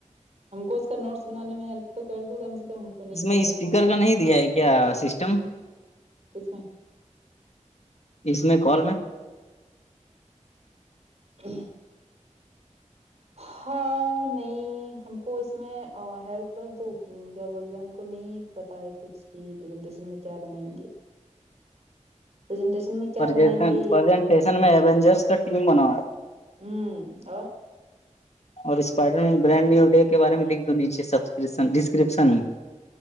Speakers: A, on the right; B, on the left.
A: ہم کو اس کا نوٹس بنانے میں ہیلپ تو کر دوں کم سے کم کو نہیں
B: اس
A: پتا
B: میں اسپیکر
A: کون سا
B: کا نہیں دیا ہے کیا سسٹم
A: کس میں
B: اس میں کال میں
A: ہی ہاں نہیں ہم کو اس میں ہیلپ کر دو کیا بول رہے ہیں ہم کو نہیں پتا ہے کچھ بھی پرزنٹیشن میں کیا بنائیں گے پریزنٹیشن میں کیا
B: پرشن
A: بنائیں گے
B: پرزنٹیشن میں ایینجرس کا ٹیم بنا ہوا
A: ہوں اور
B: اور اسپائڈر برانڈ نیو ڈے کے بارے میں لکھ دو نیچے سبن ڈسکرپشن میں